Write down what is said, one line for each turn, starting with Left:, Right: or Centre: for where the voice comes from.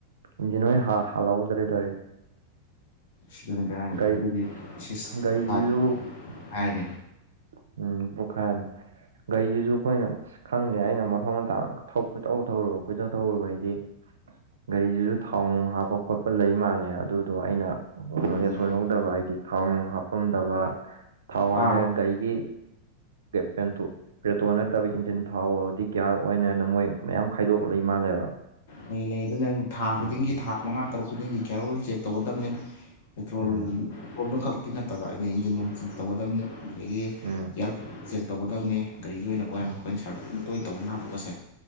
Right: ꯎꯟꯁꯤ ꯅꯣꯏ ꯍꯥ ꯍꯥꯜꯍꯧꯗ꯭ꯔꯦ ꯇꯣꯏꯁꯤ
Left: ꯁꯤꯗꯨꯅ ꯕꯦꯔꯥꯔꯤꯅꯤ
Right: ꯒꯥꯔꯤ
Left: ꯑꯗꯨꯗꯤ ꯁꯤꯁ
Right: ꯒꯥꯔꯤꯁꯤꯁꯨ
Left: ꯄꯥꯠ ꯍꯥꯏꯔꯅꯤ
Right: ꯎꯝ ꯎꯝ ꯄꯨꯈꯥꯟ ꯒꯥꯔꯤꯁꯤꯁꯨ ꯑꯩꯈꯣꯏꯅ ꯈꯪꯗꯦ ꯑꯩꯅ ꯃꯊꯣꯡ ꯑꯇꯥꯡ ꯀꯣꯏꯧ ꯊꯧꯔꯨꯕ ꯀꯣꯏꯊꯧ ꯊꯧꯔꯨꯕ ꯍꯥꯏꯗꯤ ꯒꯥꯔꯤꯁꯤꯁꯨ ꯊꯥꯎ ꯅꯨꯡ ꯍꯥꯞꯄ ꯈꯣꯠꯄ ꯂꯩ ꯃꯥꯜꯂꯦ ꯑꯗꯨꯗꯣ ꯑꯩꯅ ꯅꯣꯂꯦꯖ
Left: ꯎꯝ
Right: ꯑꯣꯏꯍꯧꯗꯕ ꯍꯥꯏꯗꯤ ꯊꯥꯎ ꯅꯨꯡ ꯍꯥꯞꯄꯝꯗꯕ ꯊꯥꯎ
Left: ꯊꯥ
Right: ꯍꯥꯟꯅ ꯒꯥꯢꯒꯤ ꯄꯦꯟꯊꯣꯛ ꯄꯦꯇ꯭ꯔꯣ ꯅꯠꯇꯕ ꯏꯟꯖꯤꯟ ꯊꯥꯎꯕꯗꯤ ꯒꯤꯌꯥꯔ ꯑꯣꯏꯟꯅ ꯃꯣꯏ ꯃꯌꯥꯝ ꯈꯥꯏꯗꯣꯛꯂ ꯏ ꯃꯥꯜꯂꯦꯕ
Left: ꯃ ꯂꯩ ꯑꯗꯨꯅ ꯊꯥ
Right: ꯎꯝ
Left: ꯈꯨꯗꯤꯡꯒꯤ ꯊꯥ ꯃꯉꯥ ꯇꯔꯨꯛ ꯈꯨꯗꯤꯡꯒꯤ ꯀꯦꯌꯥꯔꯣꯜ ꯆꯦꯛ ꯇꯧꯒꯗꯕꯅꯤ ꯄꯦꯇ꯭ꯔꯣꯜ
Right: ꯎꯝ
Left: ꯄꯦꯇ꯭ꯔꯣꯜꯗꯨ ꯈꯛꯇꯤ ꯅꯠꯇꯕ ꯍꯥꯏꯗꯤ ꯏꯟꯖꯤꯟ ꯟ ꯇꯧꯒꯗꯕꯅꯤ ꯑꯗꯒꯤ
Right: ꯎꯝ
Left: ꯌꯥꯔ ꯇꯧꯒꯗꯕꯅꯦ ꯒꯥꯔꯤꯒꯤ ꯑꯣꯏꯅꯀꯣ ꯑꯩꯈꯣꯏꯅ
Right: ꯎꯝ
Left: ꯁꯥꯔ ꯇꯣꯏꯅ ꯇꯧꯅꯕ ꯄꯣꯠꯁꯦ